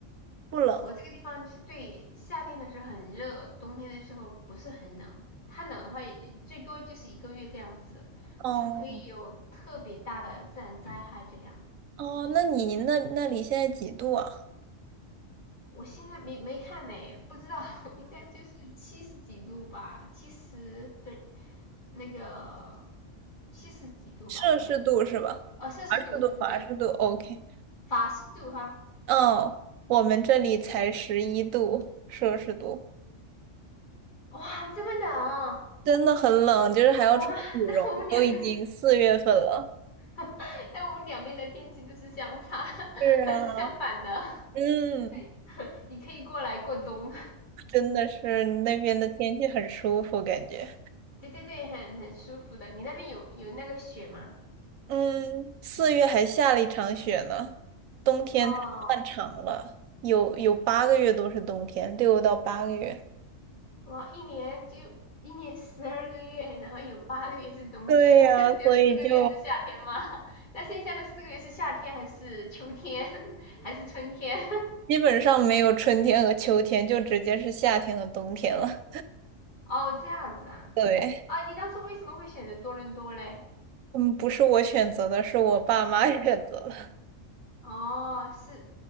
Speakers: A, on the right; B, on the left.
A: 不冷。
B: 我这个地方就是对夏天的时候很热，冬天的时候不是很冷。它冷的话，也最多就是一个月这样子，
A: 哦
B: 除非有特别大的自然灾害这样。
A: 哦，那你那那里现在几度啊？
B: 我现在没没看呢，不知道，<laughs> 应该就是七十几度吧，七十分那个七十几度吧，
A: 摄氏度是吧？
B: 应该哦摄氏度，
A: 华氏度，
B: 对对对，
A: 华氏度，OK。
B: 法氏度哈，
A: 哦，我们这里才十一度摄氏度，
B: 对，哇，这么冷啊
A: 真的很冷，就是还要穿羽绒，
B: 哇，<laughs> 那我们两个，
A: 都已经四月份了。
B: <laughs> 那我们两边的天气都是相差，
A: 是啊，
B: <laughs> 是相反的，
A: 嗯。
B: <laughs> 你可以过来过冬，
A: 真的是那边的天气很舒服，感觉。
B: <laughs> 对对对，很很舒服的，你那边有有那个雪吗？
A: 嗯，四月还下了一场雪呢，冬天太漫长了，
B: 哦，
A: 有有八个月都是冬天，六到八个月。
B: 我一年就一年十二个月，然后有八个月是冬天，
A: 对呀，
B: <laughs> 就只有四个月是夏天嘛。
A: 所以就
B: <laughs> 那剩下的四个月是夏天还是秋天 <laughs> 还是春天？
A: 基本上没有春天和秋天，就直接是夏天和冬天了。
B: <laughs> 哦，这样子啊。
A: 对，
B: 啊，你当初为什么会选择多伦多嘞？
A: 嗯，不是我选择的，是我爸妈 <laughs> 选择的。
B: 哦，是，